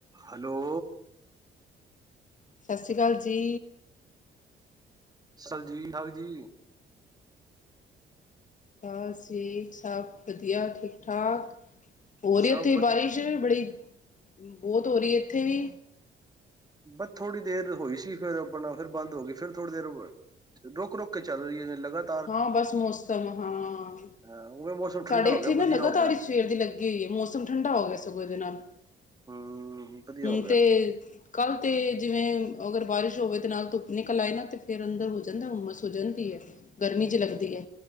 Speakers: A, on the right; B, on the left.
A: ਹਲੋ
B: ਸਾਸੀ ਕਾਲ, ਜੀ
A: ਸਡ ਜੀ ਹਾਲ ਜੀ
B: ਬਸ, ਜੀ ਸਭ ਵਧੀਆ, ਠੀਕ-ਠਾਕ। ਹੋ ਰਹੀ
A: ਸਭ
B: ਉੱਥੇ
A: ਵਧੀ
B: ਬਾਰਿਸ਼ ਬੜੀ ਬਹੁਤ ਹੋ ਰਹੀ ਇੱਥੇ ਵੀ
A: ਬਸ ਥੋੜ੍ਹੀ ਦੇਰ ਹੋਈ ਸੀ ਫਿਰ ਆਪਣਾ ਫਿਰ ਬੰਦ ਹੋ ਗਈ ਫੇਰ ਥੋੜ੍ਹੀ ਦੇਰ ਰੁਕ-ਰੁਕ ਕੇ ਚੱਲ ਰਹੀ ਹੈ ਲਗਾਤ
B: ਹਾਂ ਬਸ ਮੌਸਮ ਹਾਂ,
A: ਹਾਂ ਉਵੇਂ ਮੌਸਮ
B: ਸਾਡੇ
A: ਠੰਡਾ ਹੋ
B: ਇੱਥੇ
A: ਗਿਆ
B: ਨਾ
A: ਵਧੀਆ
B: ਲਗਾਤਾਰ
A: ਹੋ ਗਿਆ
B: ਸਵੇਰ ਦੀ ਲੱਗੀ ਹੋਈ ਹੈ, ਮੌਸਮ ਠੰਡਾ ਹੋ ਗਿਆ ਸਗੋਂ ਦੇ ਨਾਲ,
A: ਹੂੰ ਵਧੀਆ
B: ਹੁਣ
A: ਹੋ ਗਿਆ
B: ਤੇ, ਕੱਲ੍ਹ ਤਾਂ ਜਿਵੇਂ ਅਗਰ ਬਾਰਿਸ਼ ਹੋਵੇ ਤਾਂ ਨਾਲ ਧੁੱਪ ਨਿਕਲ ਆਏ ਨਾ, ਤਾਂ ਫਿਰ ਅੰਦਰ ਹੋ ਜਾਂਦਾ ਉਮਸ ਹੋ ਜਾਂਦੀ ਹੈ। ਗਰਮੀ ਚ ਲੱਗਦੀ ਐ,